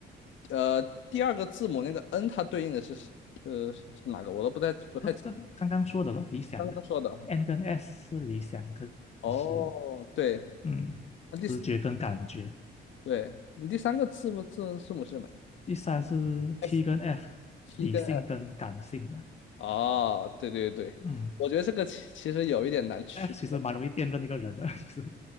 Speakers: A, on the left; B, on the left.
A: 呃第二个字母那个 N，它对应的是是是哪个？我都不太不太
B: 这这刚刚说的咯，理想的，N
A: 刚刚说的哈。
B: 跟 S 是理想跟实，
A: 哦，对，
B: 嗯，
A: 那第
B: 直觉跟感觉。
A: 对你第三个字母字字母是什么
B: 第三是 T
A: ？F
B: 跟 F，
A: 七跟
B: 理性跟感性的，
A: F 哦，对对对，
B: 嗯
A: 我觉得这个其其实有一点难区，
B: ，F 其实蛮容易辨认一个人的，<laughs> 其实